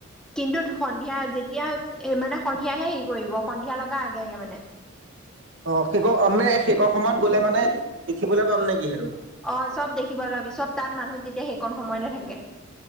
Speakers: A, in the centre; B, on the right.
A: কিন্তু, সন্ধিয়া যে- তিয়া এ মানে সন্ধিয়াহে হেৰি কৰিব সন্ধিয়া লগা আগে-আগে মানে।
B: অহ', শেষ মে শেষ সময়ত গ'লে মানে দেখিবলৈ পাম নেকি সেইটো?
A: অঁ', চব দেখিব পাবি চব তা'ত মানুহ তেতিয়া সেইকণ সময়তে থাকে।